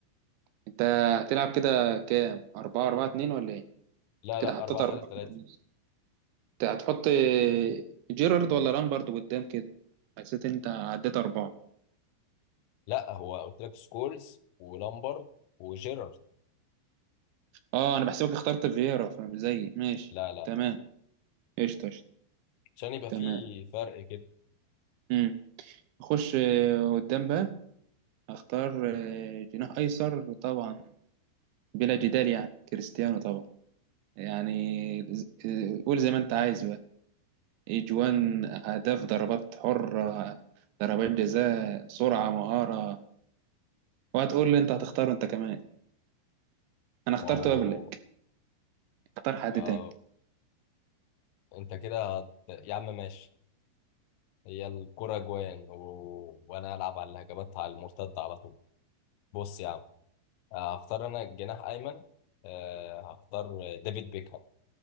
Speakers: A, on the right; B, on the left.
A: انت هتلعب كده كام أربعة أربعة اتنين ولا ايه
B: لا
A: انت كده
B: لا
A: حطيت
B: 4
A: أربعة
B: 3 3
A: في النص. انت هتحط جيرارد ولا لامبرد قدام كده حسيت انت عديت أربعة
B: لا هو قلت لك سكولز ولامبارد وجيرارد
A: اه انا بحسبك اخترت فييرا فمش زيي ماشي
B: لا لا
A: تمام قشطة قشطة
B: عشان يبقى
A: تمام
B: في فرق كده
A: امم اخش آه، قدام بقى اختار جناح ايسر طبعا بلا جدال يعني كريستيانو طبعا يعني آه، قول زي ما انت عايز اجوان اهداف ضربات حره ضربات جزاء سرعه مهاره وهتقول لي انت هتختاره انت كمان انا اخترته
B: ما هو
A: قبلك اختار حد
B: آه،
A: تاني
B: انت كده هت- يا عم ماشي هي الكرة جوان و... وانا العب على الهجمات على المرتد على طول بص يا عم آه، هختار انا جناح ايمن آه، هختار ديفيد بيكهام